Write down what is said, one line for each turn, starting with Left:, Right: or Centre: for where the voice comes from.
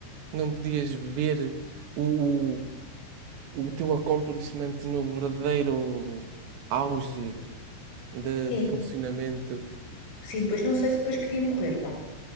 Right: não podias ver o, o, o teu accomplishment no verdadeiro auge de,
Left: Sim,
Right: de funcionamento.
Left: sim, pois não sei se depois queria morrer, vá.